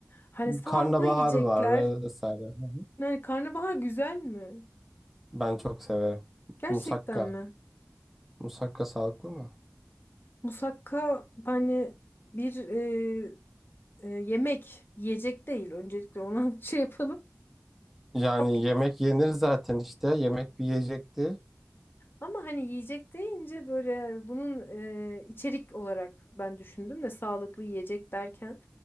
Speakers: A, on the left; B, in the centre.
A: Hani sağlıklı
B: Karnabahar
A: yiyecekler
B: var e, vesaire. Hı hı.
A: yani karnabahar güzel mi?
B: Ben çok severim.
A: Gerçekten
B: Musakka.
A: mi?
B: Musakka sağlıklı mı?
A: Musakka hani bir e, e, yemek yiyecek değil öncelikle ona <laughs> şey yapalım.
B: Yani
A: Tatlı.
B: yemek yenir zaten işte. Yemek bir yiyecekti.
A: Ama hani yiyecek deyince böyle bunun e, içerik olarak ben düşündüm de sağlıklı yiyecek derken.